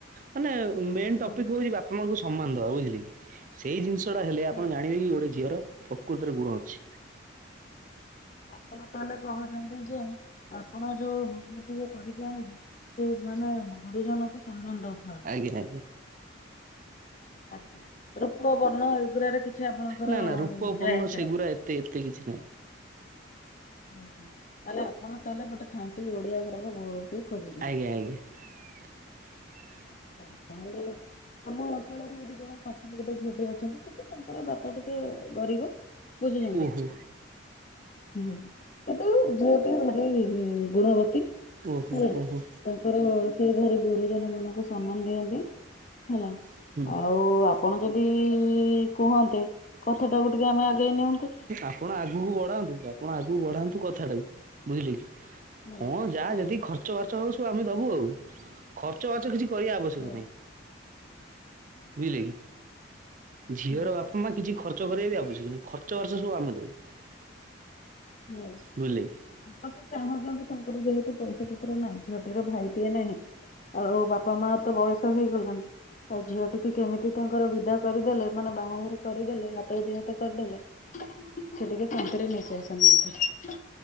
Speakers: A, on the right; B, on the left.
A: ମାନେ ମେନ୍
B: ହୁଁ
A: ଟପିକ ହଉଛି ବାପା ବାପାମାଆ ଙ୍କୁ ସମ୍ମାନ ଦେବା ବୁଝିଲେ କି ସେଇ ଜିନିଷଟା ହେଲେ
B: ହୁଁ।
A: ଆପଣ ଜାଣିବେ କି ଗୋଟେ ଝିଅର ପ୍ରକୃତରେ ଗୁଣ ଅଛି।
B: ଆପଣ ତାହେଲେ କହୁଛନ୍ତି ଯେ ଆପଣ ଯୋଉ ବୋହୂ ଟିଏ କରିକି ଆଣିବେ ସେ ମାନେ ଗୁରୁଜନଙ୍କୁ ସମ୍ମାନ ଦଉ
A: ଆଜ୍ଞା ଆଜ୍ଞା।
B: ଆଚ୍ଛା ରୂପ, ବର୍ଣ୍ଣ ଏଗୁଡ଼ା ରେ କିଛି ଆପଣଙ୍କର
A: ନା ନା
B: ଯାଏ
A: ରୂପପୂର୍ଣ୍ଣ
B: ଆସେ
A: ସେଗୁରା
B: ନାହିଁ
A: ଏତେ ଏତେ କିଛି ନାହିଁ।
B: ଆଚ୍ଛା ତାହେଲେ ଆପଣ ତାହେଲେ ଗୋଟେ ଖାଣ୍ଟି ଓଡ଼ିଆ ଘରର ବୋହୂ ଟିଏ ଖୋଜୁଛନ୍ତି।
A: ଆଜ୍ଞା ଆଜ୍ଞା। <inaudible>
B: <unintelligible> ଆମ ଅଞ୍ଚଳରେ ଏଠି ଜଣେ ପାଖ ଗୋଟେ ଝିଅଟି ଅଛନ୍ତି ସବୁ ତାଙ୍କର ବାପା ଟିକେ ଗରିବ। ବୁଝୁଛନ୍ତି
A: ଓହୋ
B: ହୁଁ। ଏଟୁ ଝିଅଟି ଭାରି ଗୁଣବତୀ
A: ଓହୋ
B: ହେଲା।
A: ଓହୋ।
B: ତାଙ୍କର ସିଏ ଭାର ଗୁରୁଜନ ମାନଙ୍କୁ ସମ୍ମାନ ଦିଅନ୍ତି ହେଲା
A: ହୁଁ।
B: ଆଉ ଆପଣ ଯଦି କୁହନ୍ତେ କଥାଟାକୁ ଟିକେ ଆମେ ଆଗେଇ ନିଅନ୍ତୁ
A: ଆପଣ ଆଗକୁ ବଢାନ୍ତୁ ଆପଣ ଆଗକୁ ବଢାନ୍ତୁ କଥାଟାକୁ ବୁଝିଲେ କି?
B: ହୁଁ
A: କଣ ଯାହା
B: ହୁଁ
A: ଯଦି ଖର୍ଚ୍ଚ ବାର୍ଚ୍ଚ ହଉ ସବୁ ଆମେ ଦବୁ ଆଉ ଖର୍ଚ୍ଚ ଫାର୍ଚ୍ଚ କିଛି କରିବା ଆବଶ୍ୟକ
B: ହୁଁ
A: ନାହିଁ। ବୁଝିଲେ କି ଝିଅର
B: ହୁଁ
A: ବାପା ମା କିଛି ଖର୍ଚ୍ଚ କରିବା ବି ଆବଶ୍ୟକ ନାହିଁ ଖର୍ଚ୍ଚ ଖର୍ଚ୍ଚ ବାର୍ଚ୍ଚ ସବୁ ଆମେ ଦବୁ।
B: ହୁଁ।
A: ବୁଝିଲେ କି?
B: ତ ସେ ଚାହୁଁଛନ୍ତି ତାଙ୍କର ଯେହେତୁ ପଇସା ପତ୍ର ନାହିଁ ଝିଅଟିର ଭାଇଟିଏ ନାହିଁ ଆଉ ବାପା ମା ତ ବୟସ ହେଇଗଲାଣି। ଆଉ ଝିଅ ଟିକି କେମିତି ତାଙ୍କର ବିଦା କରିଦେଲେ ମାନେ ବାହାଘର କରିଦେଲେ ହାତକୁ ଦି ହାତ କରିଦେଲେ।
A: <inaudible>
B: ସେ ଟିକେ ଶାନ୍ତିରେ ନିଃଶ୍ୱାସ ନିଅନ୍ତେ।